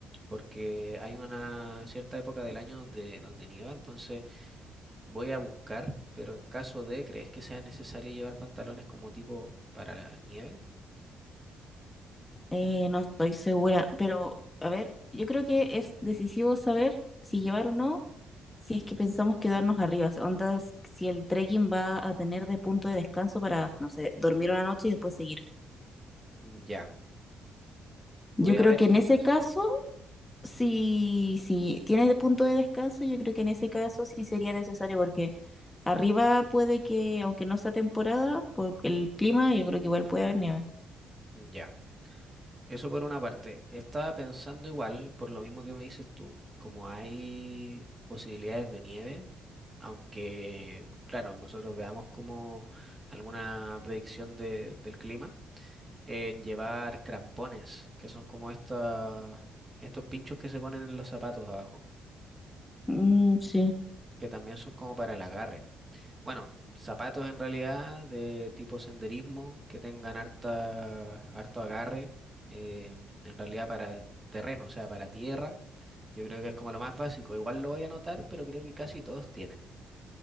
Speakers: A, on the right (about 20°); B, on the left (about 15°).
A: porque hay una cierta época del año donde, donde nieva, entonces voy a buscar, pero en caso de, ¿crees que sea necesario llevar pantalones como tipo para la nieve?
B: Eh, no estoy segura, pero a ver, yo creo que es decisivo saber si llevar o no si es que pensamos quedarnos arriba, ondas, si el trekking va a tener de punto de descanso para, no sé, dormir una noche y después seguir.
A: Ya. Voy
B: Yo
A: a
B: creo
A: ver
B: que
A: eso
B: en ese
A: entonces
B: caso,
A: también.
B: si, si tienes de punto de descanso, yo creo que en ese caso sí sería necesario porque arriba puede que, aunque no sea temporada, por el clima, yo creo que igual puede haber nieve.
A: Ya. Eso por una parte. Estaba pensando igual, por lo mismo que me dices tú, como hay posibilidades de nieve, aunque, claro, nosotros veamos como alguna predicción de- del clima, en llevar crampones, que son como esta- estos pinchos que se ponen en los zapatos abajo,
B: Mm, sí.
A: que también son como para el agarre. Bueno, zapatos en realidad de tipo senderismo que tengan harta, harto agarre, eh, en realidad para el terreno, o sea, para tierra. Yo creo que es como lo más básico. Igual lo voy a anotar, pero creo que casi todos tienen.